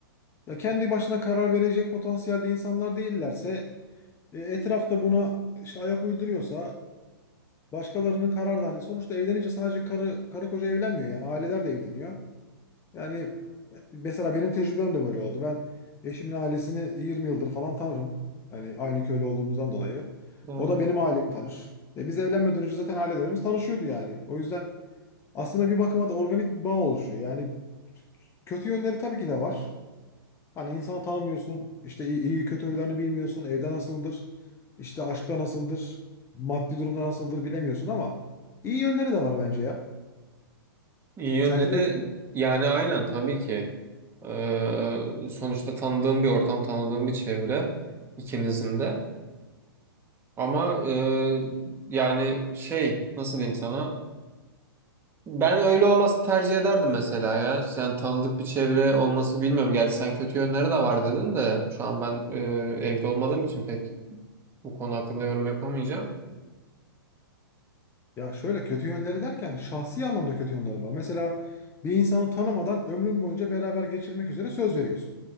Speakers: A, on the left; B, on the right.
A: ya kendi başına karar verecek potansiyelde insanlar değillerse e, etrafta buna işte ayak uyduruyorsa Başkalarının kararı da hani sonuçta evlenince sadece karı karı koca evlenmiyor yani aileler de evleniyor. Yani mesela benim tecrübem de böyle oldu. Ben eşimin ailesini 20 yıldır falan tanırım. Yani aynı köylü olduğumuzdan dolayı.
B: Evet.
A: O da benim ailemi tanır. E biz evlenmeden önce zaten ailelerimiz tanışıyordu yani. O yüzden aslında bir bakıma da organik bir bağ oluşuyor. Yani kötü yönleri tabii ki de var. Hani insanı tanımıyorsun, işte iyi, iyi kötü huylarını bilmiyorsun, evde nasıldır, işte aşkta nasıldır, maddi durumda nasıldır bilemiyorsun ama iyi yönleri de var bence ya.
B: İyi yönleri
A: Sence de öyle?
B: yani aynen tabii ki. Ee, sonuçta tanıdığım bir ortam, tanıdığım bir çevre ikinizin de. Ama e, yani şey nasıl diyeyim sana? Ben öyle olması tercih ederdim mesela ya. Yani tanıdık bir çevre olması bilmiyorum. Gerçi sen kötü yönleri de var dedin de şu an ben e, evde olmadığım için pek bu konu hakkında yorum yapamayacağım.
A: Ya şöyle kötü yönleri derken şahsi anlamda kötü yönleri var. Mesela bir insanı tanımadan ömrün boyunca beraber geçirmek üzere söz veriyorsun.